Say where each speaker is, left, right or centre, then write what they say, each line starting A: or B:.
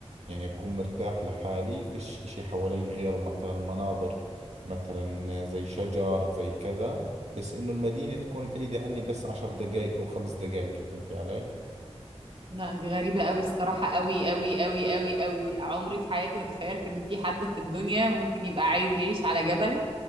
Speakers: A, on the right; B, on the right.
A: يعني أكون مرتاح لحالي فيش إشي حوالي غير مثلا مناظر مثلا زي شجر زي كذا بس إنه المدينة تكون بعيدة عني بس عشر دقايق أو خمس دقايق فهمتي علي؟
B: لا دي غريبة قوي الصراحة قوي قوي قوي قوي قوي عمري في حياتي ما تخيلت ان في حد في الدنيا ممكن يبقى عايز يعيش على جبل